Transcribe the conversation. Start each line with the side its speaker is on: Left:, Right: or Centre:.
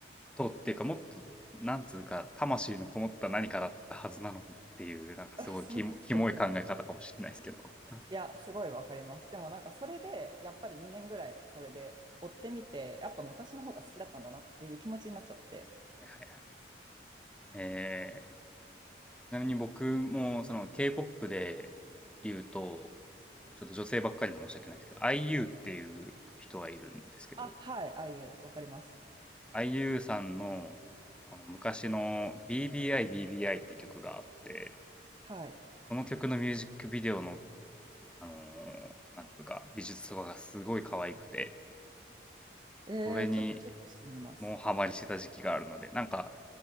Centre: トっていうか、もっと、なんつうか、魂のこもった何かだったはずなのにっていう、なんかすごいキモ、
Right: あ、そうです、
Centre: キモい考え方かもしれないですけど。
Right: そうです。
Centre: <laughs> は
Right: いや、すごいわかります。でもなんかそれで、やっぱり2年ぐらいこれで追ってみて、やっぱ昔の方が好きだったんだなっていう気持ちになっちゃって。
Centre: いはいはい。えーちなみに僕もその K-POP で言うと、ちょっと女性ばっかりで申し訳ないですけど、IU っていう人がいるんですけど、
Right: あ、はい、ああいう、わかります。
Centre: IU さんのあの昔の BBI BBI って曲があって、
Right: はい。
Centre: その曲のミュージックビデオの、あのーなんていうか、美術とかがすごい可愛くて、
Right: えー、
Centre: それに
Right: ちょっとチェックしてみます。
Centre: もうハマりしてた時期があるので、なんか、